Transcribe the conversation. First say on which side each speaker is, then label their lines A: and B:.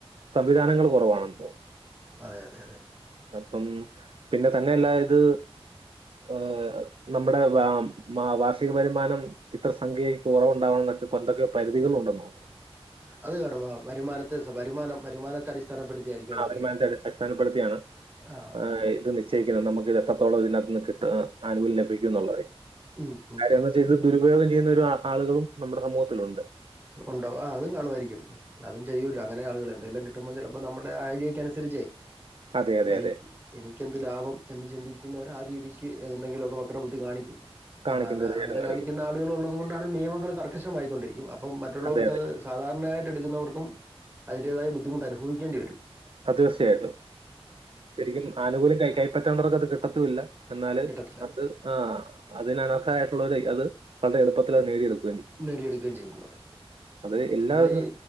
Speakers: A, on the right; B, on the right.
A: സംവിധാനങ്ങള് കൊറവാണെന്ന് തോനുന്നു
B: അതെ അതെ അതെ
A: അപ്പം പിന്നെ തന്നെ അല്ലാ ഇത് ആഹ് നമ്മടെ വാ വാർഷിക വരുമാനം ഇത്ര സ് സംഖ്യേ കൊറവുണ്ടാവണം എന്നൊക്കെ കൊറച്ചൊക്കെ പരിധികൾ ഒണ്ടെന്ന് തോനുന്നു
B: അത് കാണും വരുമാനത്തെ വരുമാനം വരുമാനത്തെ അടിസ്ഥാനപ്പെടുത്തിയായിരിക്കും
A: ആഹ്
B: അതൊക്കെ
A: വരുമാനത്തെ അടി അടിസ്ഥാനപ്പെടുത്തിയാണ്
B: ആ
A: ഏഹ്
B: ആ
A: ഇത് നിക്ക് നിശ്ചയിക്കുന്നത് നമ്മക്ക് ഇത് എത്രത്തോളം ഇതിനാത്ത് നിന്ന് കിട്ട് ആനുകൂല്യം ലഭിക്കും എന്നുള്ളത്
B: ഉം ഉം
A: കാര്യംന്ന് വെച്ചാ ഇത് ദുരുപയോഗം ചെയ്യുന്ന ഒരു ആളുകളും നമ്മുടെ സമൂഹത്തിലുണ്ട്
B: ഒണ്ടോ ആഹ് അതും കാണുമായിരിക്കും അതും ചെയ്യൂലോ അങ്ങനാ ആളുകള് എന്തേലും കിട്ടുമ്പോ ചിലപ്പോ നമ്മുടെ ആ ഐഡിയക്ക് അനുസരിച്ചേ
A: അതെ അതെ
B: എനിക്ക്
A: അതെ
B: എനിക്ക് എന്ത് ലാഭം എന്ന് ചിന്തിക്കുന്നവർ ആ രീതിക്ക് എന്തെങ്കിലുമൊക്കെ വക്ര ബുദ്ധി കാണിക്കും
A: കാണിക്കും
B: അപ്പൊ അതാ
A: തീർച്ചയായിട്ടും
B: അങ്ങനെ
A: കാണിക്കും
B: കാണിക്കുന്ന ആളുകൾ ഒള്ളത് കൊണ്ടാണ് നിയമങ്ങൾ കർക്കശമായിക്കൊണ്ടിരിക്കും അപ്പൊ മറ്റുള്ളവർക്കത്
A: അതെ അതെ
B: സാധാരണായിട്ട് എടുക്കുന്നവർക്കും അതിൻ്റേതായ ബുദ്ധിമുട്ട് അനുഭവിക്കേണ്ടി വെരും
A: ആഹ് തീർച്ചയായിട്ടും ശരിക്കും ആനുകൂല്യം കൈ കയ്പ്പറ്റേണ്ടവർക്ക് അത് കിട്ടത്തൂല്ല എന്നാല്
B: കിട്ടത്തില്ല
A: അത് ആഹ് അതിന് അനർഹായിട്ടുള്ളവര് അത് വളരെ എളുപ്പത്തി അത് നേടിയെടുക്കും
B: നേടിയെടുക്കുകയും ചെയ്യുന്നുണ്ട്
A: അത് എല്ലാവരും
B: പിന്നെ ഈ